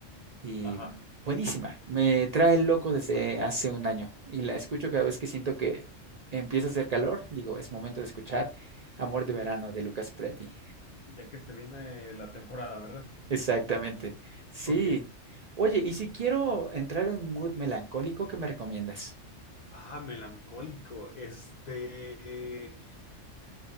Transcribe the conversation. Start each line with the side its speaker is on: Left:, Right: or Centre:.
Right: y
Left: ajá.
Right: buenísima. Me trae el loco desde hace un año. Y la escucho cada vez que siento que empieza a hacer calor. Digo, es momento de escuchar Amor de Verano de Lucas Preti.
Left: ya que este viene la temporada, ¿verdad?
Right: Exactamente. Sí.
Left: Ok.
Right: Oye, y si quiero entrar en un mood melancólico, ¿qué me recomiendas?
Left: Ah, melancólico. Este,